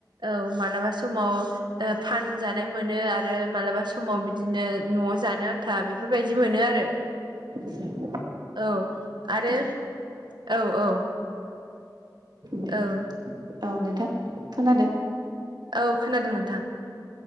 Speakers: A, on the right; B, on the right.
A: औ मालाबा समाव ओ फानजानाय मोनो आरो मालाबा समाव बिदिनो न'आव जानो आन्था बेफोरबायदि मोनो आरो।
B: <unintelligible>
A: औ आरो
B: दे
A: औ औ।
B: दे।
A: औ।
B: औ नोंथा खोनादों।
A: औ खोनादों नोंथां।